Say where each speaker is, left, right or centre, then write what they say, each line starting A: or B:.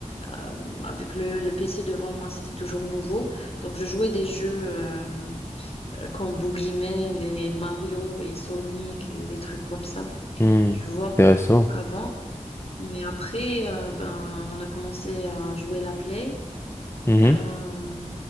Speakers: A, on the left (about 50°); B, on the left (about 20°).
A: euh, avec le, le PC devant moi, c'était toujours nouveau. Donc je jouais des jeux... euh, euh, comme Boogeyman et Mario et Sonic et des trucs comme ça,
B: Mm.
A: tu vois,
B: Intéressant.
A: avant. Mais après, euh, ben, on a commencé à jouer la Play.
B: Mhm.
A: euh,